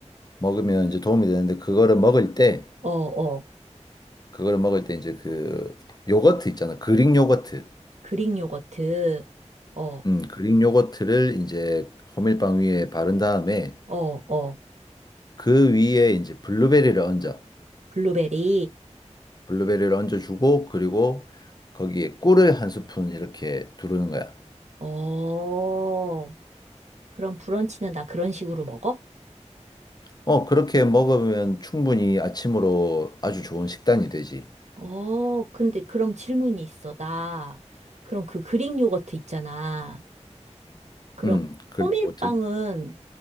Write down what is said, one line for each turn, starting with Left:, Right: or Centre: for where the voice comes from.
Left: 먹으면 이제 도움이 되는데 그거를 먹을 때
Right: 어.
Left: 그거를 먹을 때 이제 그 요거트 있잖아. 그릭 요거트.
Right: 그릭 요거트. 어,
Left: 음, 그릭 요거트를 이제 호밀빵 위에 바른 다음에
Right: 어, 어.
Left: 그 위에 이제 블루베리를 얹어.
Right: 블루베리.
Left: 블루베리를 얹어주고 그리고 거기에 꿀을 한 스푼 이렇게 두르는 거야.
Right: 어, 그럼 브런치는 나 그런 식으로 먹어?
Left: 어, 그렇게 먹으면 충분히 아침으로 아주 좋은 식단이 되지.
Right: 어, 근데 그럼 질문이 있어. 나, 그럼 그 그릭 요거트 있잖아. 그럼
Left: 음, 그릭
Right: 호밀빵은,
Left: 요거트.